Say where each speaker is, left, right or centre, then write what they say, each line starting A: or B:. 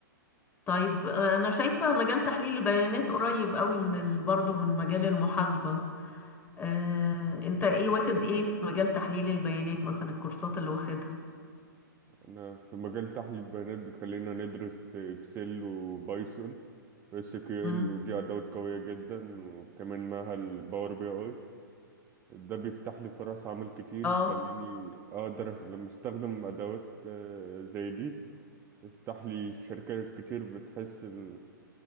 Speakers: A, on the left; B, on the right.
A: طيب آه، انا شايفة مجال تحليل البيانات قريب قوي من ال... برضه من مجال المحاسبة آه، انت ايه واخد ايه في مجال تحليل البيانات مثلا الكورسات اللي واخدها
B: أنا في مجال تحليل البيانات بيخلينا ندرس إكسل وبايثون اس كيو
A: مم.
B: ال ودي ادوات قويه جدا وكمان معاها الباور بي اي ده بيفتح لي فرص عمل كتير
A: اه
B: يخليني اقدر أس- لما استخدم ادوات آه، زي دي يفتح لي شركات كتير بتحس إن-